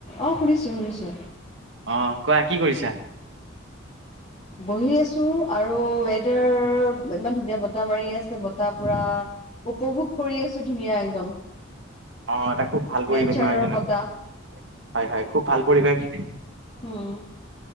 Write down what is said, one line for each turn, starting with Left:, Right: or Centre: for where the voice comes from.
Left: অ' শুনিছো। শুনিছো
Right: আহ কোৱা কি কৰিছা?
Left: বহি আছো আৰু ৱেডাৰ ইমান ধুনীয়া বতাহ মাৰি আছে বতাহ পুৰা উপভোগ কৰি আছো ধুনীয়া একদম।
Right: অ' এটা খুব ভাল
Left: নেচাৰৰ
Right: পৰিৱেশ নহয় জানো,
Left: বতাহ
Right: হয়, হয় খুব ভাল পৰিৱেশ।
Left: উম।